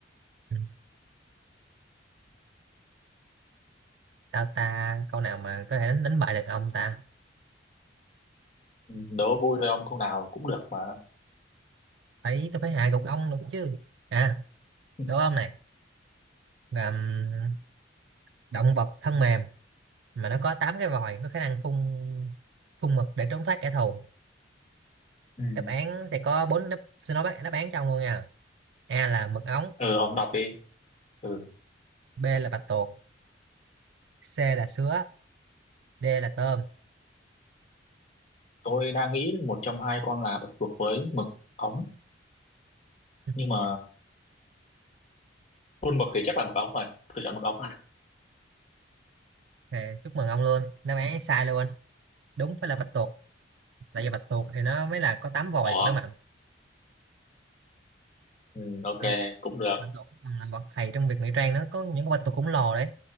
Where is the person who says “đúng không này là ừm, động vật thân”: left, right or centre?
Right